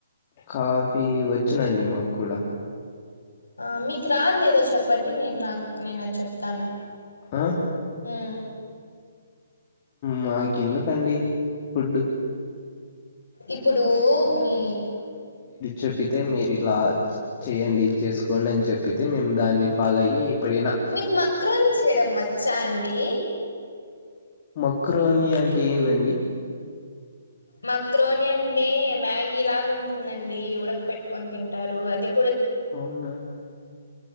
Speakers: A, on the left; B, on the left.
A: కాఫీ వచ్చునండి మాకు కూడా.
B: ఆ మీకు రాంది ఏదో చెప్పండి నేను నాకునే నేను అది చెప్తాను
A: ఆ
B: హ్మ్
A: మాకేందుకండి ఫుడ్
B: ఇప్పుడూ మీ
A: చెపితే మీరు ఇలా చి చేయండి చేసుకోండి అని చెపితే మేము దాన్ని ఫాలో అయ్యి ఎప్పుడైనా
B: మీకు మక్రోని చేయడం వచ్చా అండీ?
A: మక్రోని అంటే ఏందండి?
B: మక్రోని అంటే మ్యాగీ లాగా ఉంటుందండి ఉడక పెట్టుకొని తింటారు అది కూ
A: అవునా